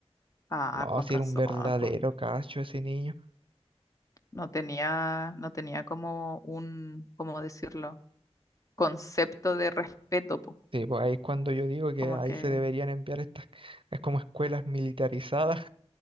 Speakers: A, on the left; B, on the right.
A: Ah,
B: No,
A: con
B: si
A: razón,
B: era un verdadero
A: pues.
B: cacho ese niño.
A: No tenía, no tenía como un, ¿cómo decirlo? Concepto de respeto, po.
B: Sí, pues ahí es cuando yo digo que
A: Como
B: ahí
A: que
B: se deberían enviar estas, es como escuelas militarizadas